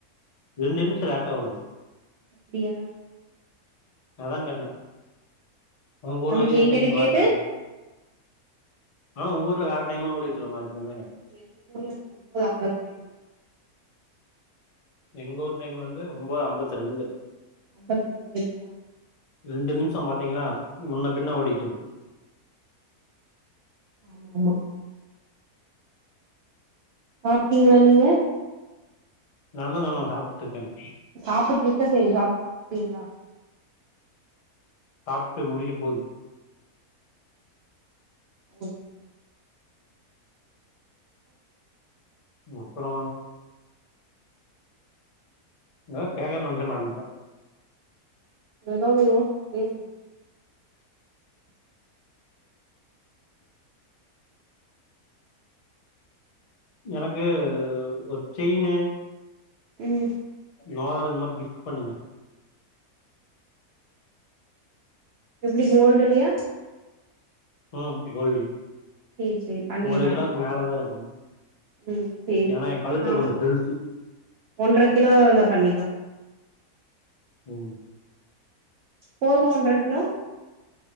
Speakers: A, on the left (about 70°); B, on the right (about 65°).
A: ரெண்டு நிமிஷ லேட்டா ஓடுது
B: அப்டியா
A: அதா கேட் நா உங்க ஊர்லக்கீதுல
B: அதுக்கு எங்கிட்ட
A: டைம் மாறுதானு
B: கேட்டு
A: ஆ உங்க ஊர்ல வேற டைமா கூட இருக்கலாம்ல அதுகான்டிதா கேட்டே
B: <unintelligible> அம்பது டைம்
A: எங்க ஊர் டைம்ல வந்து ஒம்போது அம்பத்தி ரெண்டு
B: அம்பத் ரெண்டே <inaudible>
A: ரெண்டு நிம்ஷோ பாத்தீங்கனா முன்ன பின்ன ஓடிட்ருக்கு
B: ஆமா ஆமா சாப்டீங்ளா நீங்க
A: நா தா சொன்ன சாப்புட்ருக்கேன்
B: சாப்புட் இருக்க செரி சாப்டீங்ளா
A: சாப்ட்டு முடியபோது
B: ஓகே
A: அப்பறோ எதோ கேக்க நெனச்சே மறந்ட
B: எதாவது ஓ கேளுங்
A: எனக்கு ஒரு ஜெயினு
B: ம்
A: மோதரம் இந் மாரி கிஃப்ட் பண்ணுங்க
B: எப்டி கோல்டுலயா
A: ம் கோல்டு
B: சேரி சேரி பண்ணிர்லா
A: ஒரு கிலோக்கு மேலதா இருக்கணு
B: ம் சேரி
A: ஏனா
B: சேரி
A: எ கழுத்து
B: நா
A: கொஞ்சோ பெருசு
B: ஒன்ற கிலோல பண்ணிலா
A: உம்
B: போதுமா ஒன்ற கிலோ